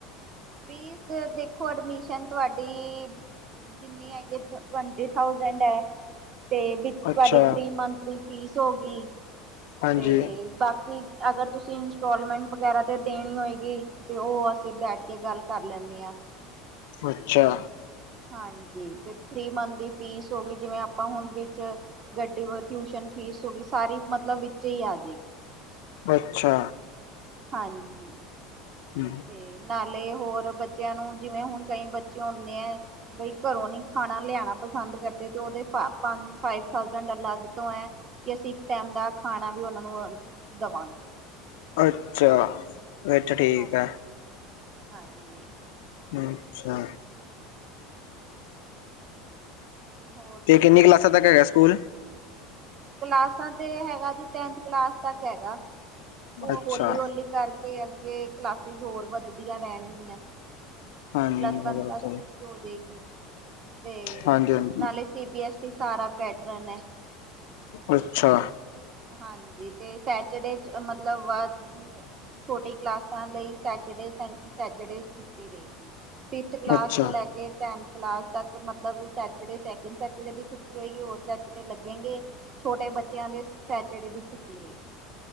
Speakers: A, on the right; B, on the left.
A: ਫੀਸ ਦੇਖੋ, ਅਡਮਿਸ਼ਨ ਤੁਹਾਡੀ ਜਿੰਨੀ ਹੈਗੀ, ਟਵੰਟੀ ਥਾਊਜੈੰਡ ਹੈ। ਤੇ, ਵਿੱਚ ਤੁਹਾਡੀ
B: ਅੱਛਾ,
A: ਥ੍ਰੀ ਮੰਥ ਦੀ ਫੀਸ ਹੋ ਗਈ।
B: ਹਾਂਜੀ,
A: ਤੇ ਬਾਕੀ, ਅਗਰ ਤੁਸੀ ਇੰਸਟੋਲਮੈਂਟ ਵਗੈਰਾ ਤੇ ਦੇਣੀ ਹੋਏਗੀ ਤੇ, ਉਹ ਅਸੀ ਬੈਠ ਕੇ ਗੱਲ ਕਰ ਲੈਨੇ ਆ।
B: ਅੱਛਾ।
A: ਹਾਂਜੀ, ਤੇ ਥ੍ਰੀ ਮੰਥ ਦੀ ਫੀਸ ਹੋਗੀ, ਜਿਵੇਂ ਆਪਾਂ ਹੁਨ ਵਿੱਚ ਗੱਡੀ, ਵ ਟਿਊਸ਼ਨ ਫੀਸ ਹੋਗੀ ਸਾਰੀ, ਮਤਲਬ ਵਿੱਚੇ ਈ ਆਜੇਗੀ।
B: ਅੱਛਾ।
A: ਹਾਂਜੀ,
B: ਹੂੰ,
A: ਤੇ ਨਾਲੇ ਹੋਰ ਬੱਚਿਆਂ ਨੂੰ, ਜਿਵੇ ਹੁਣ ਕਈ ਬੱਚੇ ਹੁੰਦੇ ਐ। ਬਈ ਘਰੋ ਨੀ ਖਾਣਾ ਲਿਆਣਾ ਪਸੰਦ ਕਰਦੇ, ਤੇ ਉਹਦੇ <unintelligible> ਫਾਇਵ ਥਾਉਜੈਂਡ ਅਲੱਗ ਤੋ ਐ। ਕਿ ਅਸੀ ਇੱਕ ਟੈਮ ਦਾ ਖਾਣਾ ਵੀ ਓਨਾਂ ਨੂੰ ਓਂਜ ਦਵਾਂਗੇ।
B: ਅੱਛਾ। ਅੱਛਾ ਠੀਕ
A: ਹਾਂਜੀ-ਹਾਂਜੀ।
B: ਆ, ਅੱਛਾ।
A: ਹੋਰ ਸੁਣਾਓ
B: ਤੇ ਕਿੰਨੀ ਕਲਾਸਾ ਤੱਕ ਹੈਗੈ ਸੂਕੂਲ?
A: ਕਲਾਸਾ ਤੇ ਹੈਗਾ ਜੀ, ਟੈਂਥ ਕਲਾਸ ਤੱਕ ਹੈਗਾ। ਓ
B: ਅੱਛਾ,
A: ਹੋਲੀ-ਹੋਲੀ ਕਾਰਕੇ, ਅੱਗੇ ਕਲਾਸਿਸ ਹੋਰ ਵੱਦਦੀਆ ਰੈਣਗੀਆਂ।
B: ਹਾਂਜੀ,
A: ਪਲੱਸ ਵਨ,
B: ਹਾਂਜੀ
A: ਪਲੱਸ ਟੂ ਵੀ ਜੋ ਦੇਗੀ, ਤੇ
B: ਹਾਂਜੀ,
A: ਨਾਲੇ ਸੀ ਬੀ ਐਸ ਸੀ ਸਾਰਾ ਪੈਟਰਨ ਏ।
B: ਅੱਛਾ।
A: ਹਾਂਜੀ, ਤੇ ਸੈਚਰਡੇ ਚ ਮਤਲਬ <unintelligible> ਛੋਟੀ ਕਲਾਸਾ ਲਈ ਸੈਚਡੇ, ਸਨ, ਸੈਚਡੇ ਛੁੱਟੀ ਰਏਗੀ। ਫਿਫਥ ਕਲਾਸ
B: ਅੱਛਾ।
A: ਤੋ ਲੈ ਕੇ ਟੈਂਥ ਕਲਾਸ ਤਕ ਮਤਲਬ ਸੈਚਡੇ, ਸੈਕਿੰਡ ਸੈਟਰਡੇ ਦੀ ਛੁੱਟੀ ਹੋਏਗੀ, ਹੋਰ ਸੈਚਡੇ ਲੱਗੇਂਗੇ। ਛੋਟੇ ਬੱਚੇਯਾ ਦੇ ਸੈਚਡੇ ਦੀ ਛੁੱਟੀ ਰਏਗੀ।